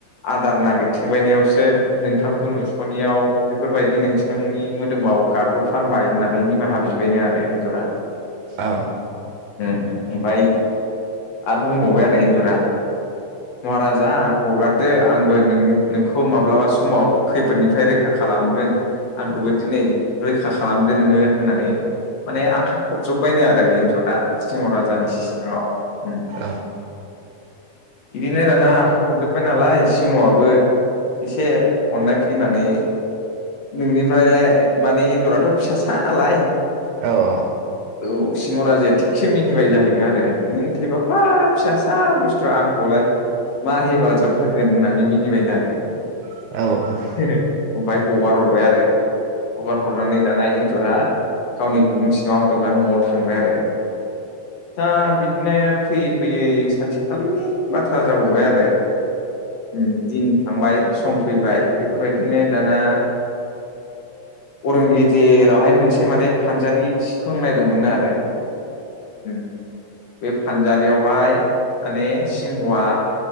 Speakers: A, on the left; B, on the right.
A: आदार नागिरथिंबायनायावसो नोंथांखौ नुस'नियाव बेफोरबायदि नोंसांनि मोदोमाव गाखोफ्रांबाय होननानै निमाहा बिबायनो आरो एनजरा।
B: ओ
A: उ ओमफाय आरो बुंबावबाय आरो एन्जरा महाराजा आंखौ हगार दे आंबो नों नोंखौ माब्लाबा समाव खैफोदनिफ्राय रैखा खालामगोन। आंखौबो दिनै रैखा खालामदो नोङो होननानै माने आखाइ खबजोबबायनो आरो इन्जरा सिगाङाव राजानि सिगाङाव उम।
B: औ।
A: बिदिनो दाना आखाय खबजब बाय नालाय सिंहआबो एसे अननाय फैनानै नोंनिफ्रायलाय माने एन्जराथ' फिसा सा नालाय
B: अ।
A: औ सिंह राजाया थिगसे मिनिबाय जाहैदों आरो नों थेफाफा फिसासा बुस्थुआ आंखौलाय मा हेफाजाब होगोन होननानै मिनिबायनो आरो।
B: औ।
A: <unintelligible> आमफाय हगार हरबाय आरो। हगार हरनानै दाना एन्जरा गावनि गुदुं सिङाव एबा न'आव थांबाय आरो। दा बिदिनो फैयै फैयै सानसेखालिनि बाथ्रा जाबावबाय आरो। उम दिन थांबाय सम फैबाय बेफोरबायदिनो दाना अरन गेजेरावहाय मोनसे माने फानजारि सि खोंनाय दंमोननो आरो। उम बे फानजारियावहाय माने सिंहआ